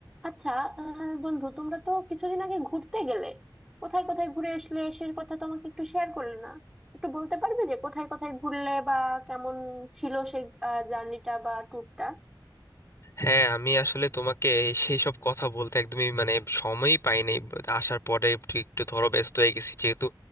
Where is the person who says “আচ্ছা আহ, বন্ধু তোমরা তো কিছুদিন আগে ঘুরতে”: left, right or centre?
Centre